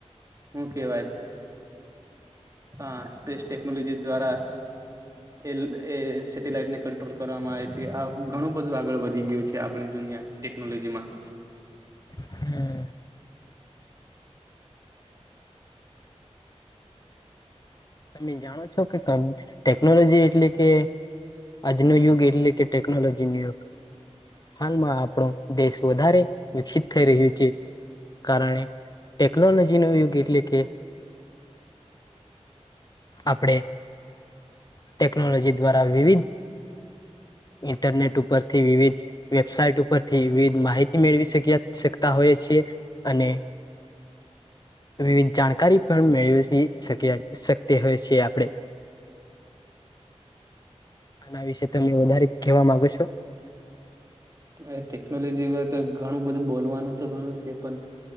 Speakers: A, on the right (about 30°); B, on the left (about 35°).
A: હું કે ભાઈ અ સ્પેસ ટેક્નોલોજી દ્વારા એ એ સેટેલાઈટ ને કંટ્રોલ કરવામાં આવે છે આ ઘણું બધું આગળ વધી ગયું છે. આપણી દુનિયા ટેકનોલોજી માં
B: હમ્મ. તમે જાણો છો કે ક ટેકનોલોજી એટલે કે આજનો યુગ એટલે કે ટેકનોલોજી નો યુગ. હાલમાં આપણો દેશ વધારે વિકસિત થઈ રહ્યો છે. કારણે ટેકનોલોજી નો યુગ એટલે કે આપણે ટેકનોલોજી દ્વારા વિવિધ ઇન્ટરનેટ ઉપર થી વિવિધ વેબસાઇટ ઉપરથી વિવિધ માહિતી મેળવી શ શકતા હોય છીએ. અને વિવિધ જાણકારી પણ મેળવી શક્યા. તે હોય છે આપણે. આના વિશે તમે વધારે કહેવા માંગો છો?
A: અ ટેકનોલોજી તો ઘણું બધું બોલવાનું તો ઘણું છે પણ